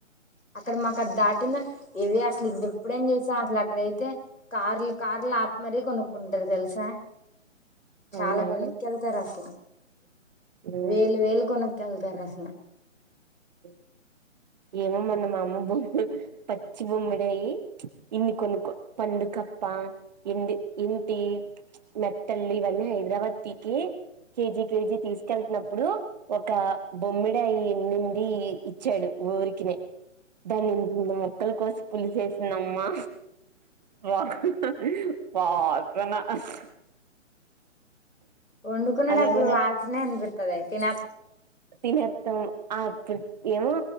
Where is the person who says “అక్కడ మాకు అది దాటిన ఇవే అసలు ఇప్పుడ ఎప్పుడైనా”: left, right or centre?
Left